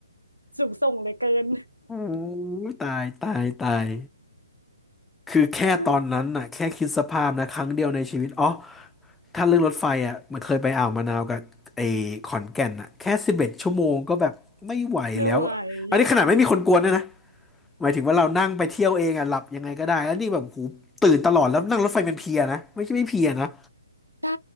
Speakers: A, on the right; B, in the centre.
A: สูงส่งเหลือเกิน
B: อ้โหตายตายตาย คือแค่ตอนนั้นน่ะแค่คิดสภาพนะครั้งเดียวในชีวิตอ๋อ
A: <laughs>
B: ถ้าเรื่องรถไฟอ่ะมันเคยไปอ่าวมะนาวกับไอ้ขอนแก่นอ่ะแค่สิบเอ็ดชั่วโมงก็แบบไม่ไหวแล้ว
A: ไม่ไหว
B: อันนี้ขนาดไม่มีคนกวนด้วยนะ
A: อะ
B: หมายถึงว่าเรานั่งไปเที่ยวเองอ่ะหลับยังไงก็ได้แล้วนี่แบบหูตื่นตลอดแล้วนั่งรถไฟเป็นเพลียนะไม่ใช่ไม่เพลียนะ
A: ใช่